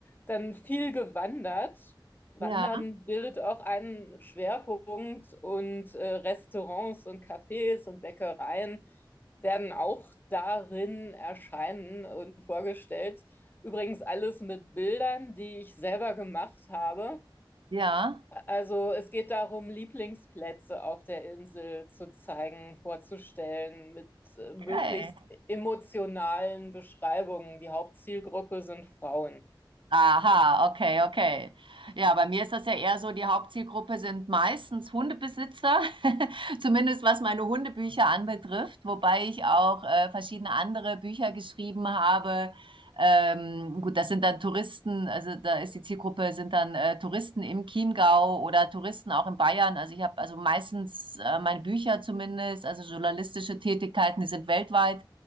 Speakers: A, on the left; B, on the right.
A: dann viel gewandert. Wandern
B: Ja.
A: bildet auch einen Schwerpunkt und äh, Restaurants und Cafés und Bäckereien werden auch darin erscheinen und vorgestellt. Übrigens alles mit Bildern, die ich selber gemacht habe.
B: Ja.
A: Also es geht darum, Lieblingsplätze auf der Insel zu zeigen, vorzustellen, mit äh, möglichst
B: Okay.
A: emotionalen Beschreibungen. Die Hauptzielgruppe sind Frauen.
B: Aha, okay, okay. Ja, bei mir ist das ja eher so, die Hauptzielgruppe sind meistens Hundebesitzer, <laughs> zumindest was meine Hundebücher anbetrifft, wobei ich auch äh, verschiedene andere Bücher geschrieben habe. Ähm, gut, das sind dann Touristen, also da ist die Zielgruppe, sind dann äh, Touristen im Chiemgau oder Touristen auch in Bayern. Also ich habe also meistens äh, meine Bücher zumindest, also journalistische Tätigkeiten, die sind weltweit,